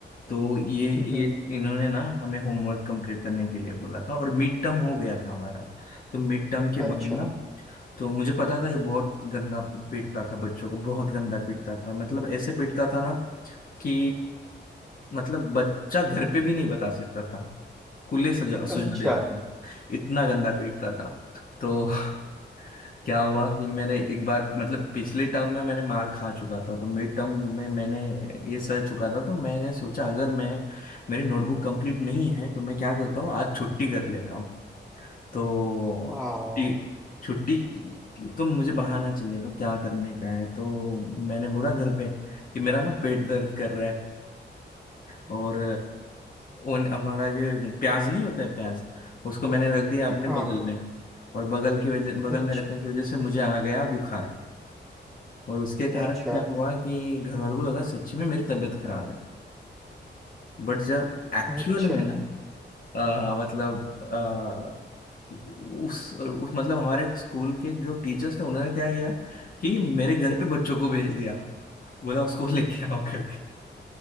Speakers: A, on the left; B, in the centre.
A: तो ये ये
B: हम्म हम्म,
A: इन्होंने ना हमें होमवर्क कंप्लीट करने के लिए बोला था और मिड टर्म हो गया था हमारा तो मिड टर्म के बाद
B: अच्छा
A: ना तो मुझे पता था ये बहुत गंदा पीटता था बच्चों को बहुत गंदा पीटता था मतलब ऐसे पीटता था ना कि मतलब बच्चा घर पे भी नहीं बता सकता था कुल्ले सजा सुझा
B: अच्छा
A: देता था इतना गंदा पीटता था तो <laughs> क्या हुआ कि मैंने एक बार मतलब पिछले टर्म में मैंने मार खा चुका था तो मिड टर्म में मैंने ये सह चुका था तो मैंने सोचा अगर मैं मेरी नोटबुक कंप्लीट नहीं है तो मैं क्या करता हूँ आज छुट्टी कर लेता हूँ तो
B: हाँ
A: छुट्टी छुट्टी तो मुझे बहाना चाहिए तो क्या करने का है तो मैंने बोला घर पे कि मेरा ना पेट दर्द कर रहा है और उन हमारा ये प्याज नहीं होता है प्याज उसको मैंने रख दिया अपने
B: हाँ
A: बगल में और बगल की वजह बगल
B: अच्छा
A: में रखने की वजह से मुझे आ गया बुखार और उसके कारण
B: अच्छा
A: क्या हुआ कि घर वालों को लगा सच्ची में मेरी तबीयत खराब है बट जब एक्चुअल
B: अच्छा
A: में ना अ, मतलब अ, उस उस मतलब हमारे स्कूल के जो टीचर्स थे उन्होंने क्या किया कि मेरे घर पे बच्चों को भेज दिया बोला उसको लेके आओ करके